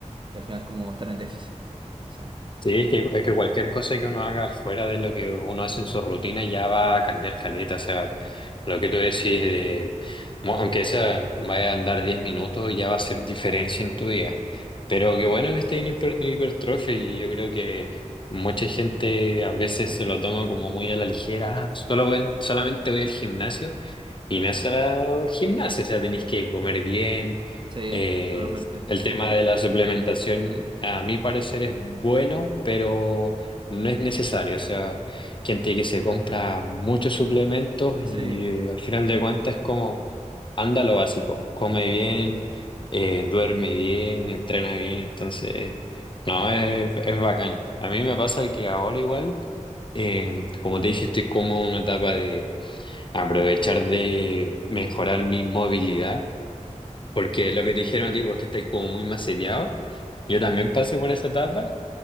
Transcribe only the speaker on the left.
Sí, es que, es que cualquier cosa que uno haga fuera de lo que uno hace en su rutina ya va a cambiar caleta. O sea, lo que tú decís de, mo- aunque sea, vaya a andar 10 minutos, ya va a hacer diferencia en tu día. Pero qué bueno que esté en hiper- hipertrofia y yo creo que mucha gente a veces se lo toma como muy a la ligera. "Ah, solo voy- solamente voy al gimnasio. Y no es solo gimnasia, o sea, tenéis que comer bien,
eh,
el tema de la suplementación, a mi parecer, es bueno, pero no es necesario. O sea, gente que se compra muchos suplementos
y al final de cuentas es como, anda lo básico, come bien, eh, duerme bien, entrena bien. Entonces, no, es, es bacán. A mí me pasa que ahora igual, eh, como te dije, estoy como en una etapa de aprovechar de mejorar mi movilidad. Porque lo que te dijeron a ti, porque estás como muy maceteado, yo también pasé por esa etapa